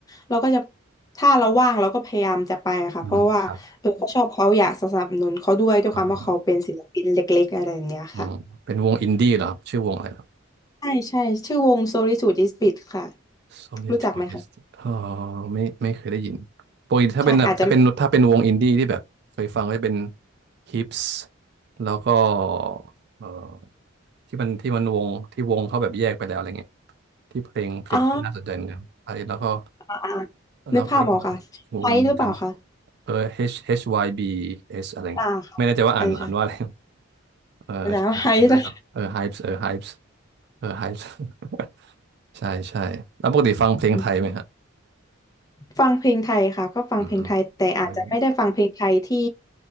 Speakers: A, on the left (about 20°); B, on the right (about 55°).
A: เราก็จะถ้าเราว่างเราก็พยายามจะไปอะค่ะเพราะว่าเออเขาชอบเขาอยากสนับสนุนเขาด้วยด้วยความว่าเขาเป็นศิลปินเล็กๆอะไรอย่างเงี้ยค่ะ
B: อืมครับ อ่าอ๋อเป็นวงอินดี้เหรอครับชื่อวงอะไรครับ
A: ใช่ใช่ชื่อวง Solitude is Bit ค่ะ
B: Solid
A: รู้จักไหมคะ
B: Choice เออไม่ไม่เคยได้ยินปกติถ้าเป็นแบบถ้าเป็นถ้าเป็นวงอินดี้ที่แบบเคยฟังก็จะเป็น
A: ใช่อาจจะ
B: Hips แล้วก็เออที่มันที่มันวงที่วงเขาแบบแยกไปแล้วอะไรเงี้ยที่เพลงเพลงเขาน่าสนใจเหมือนกันไอ้แล้วก็
A: อ่าอ่าอ่า
B: แล้วก็อีกวงอีกวงหนึ่งจ
A: นึกภาพออกค่ะไฮหรือเปล่าคะ
B: ำเออ H H Y B S อะไรเงี้ยไม่แน่ใจว่าอ่านอ่านว่าอะไร
A: อ่าค่ะเออใช่
B: เออใช่เพลงนั้นเออ
A: อาจารย์ไฮนะ
B: Hypes เออ Hypes เออ Hypes <laughs> ใช่ใช่แล้วปกติฟังเพลงไทยไหมฮะ
A: <laughs> ฟังเพลงไทยค่ะก็ฟังเพลงไทยแต่อาจจะไม่ได้ฟังเพลงไทยที่
B: อืมไม่